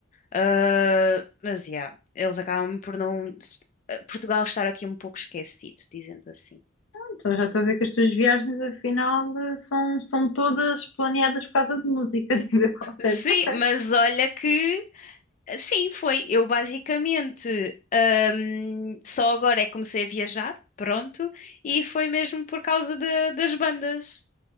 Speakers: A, on the left; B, on the left.
A: Ah, mas, yeah, eles acabam por não. Portugal estar aqui um pouco esquecido, dizendo assim.
B: Então já estou a ver que as tuas viagens, afinal, eh, são, são todas planeadas por causa de música <laughs> e ver concertos.
A: Sim,
B: Ok.
A: mas olha que. ah, Sim, foi. Eu basicamente hum, só agora é que comecei a viajar, pronto, e foi mesmo por causa da- das bandas.